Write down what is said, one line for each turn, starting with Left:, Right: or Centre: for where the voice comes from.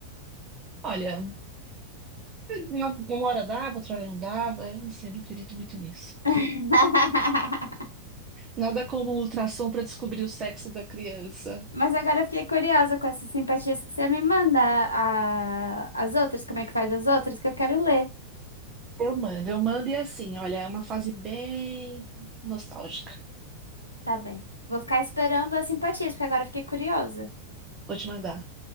Right: Olha, uma uma hora dava, outra hora não dava, eu não sei, não acredito muito nisso.
Left: <laughs>
Right: Nada como o ultrassom para descobrir o sexo da criança.
Left: Mas agora eu fiquei curiosa com essas simpatias. Você me manda a- as outras, como é que faz as outras, que eu quero ler.
Right: Eu mando, eu mando e é assim, olha, é uma fase bem nostálgica.
Left: Tá bem. Vou ficar esperando as simpatias, porque agora eu fiquei curiosa.
Right: Vou te mandar.